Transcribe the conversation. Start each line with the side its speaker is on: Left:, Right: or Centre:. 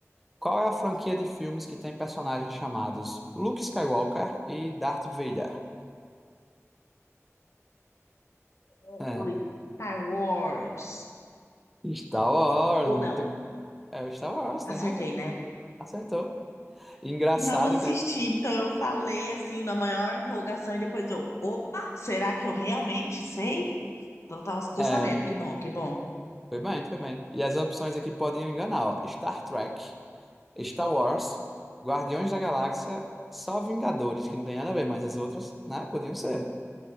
Centre: Qual é a franquia de filmes que tem personagens chamados Luke Skywalker e Darth Vader?
Left: O
Centre: É,
Left: Star Wars.
Centre: Star Wars,
Left: Ou
Centre: muito.
Left: não?
Centre: É o Star Wars,
Left: Acertei,
Centre: tem razão.
Left: né?
Centre: Acertou. Engraçado
Left: Não assisti,
Centre: que
Left: então eu falei assim na maior empolgação e depois eu, opa, será que eu realmente sei? Então tava, tô
Centre: é.
Left: sabendo, que bom, que bom.
Centre: Foi bem, foi bem. E as opções aqui podiam enganar, ó. Star Trek, Star Wars, Guardiões da Galáxia, só Vingadores, que não tem nada a ver, mas as outras, né, podiam ser.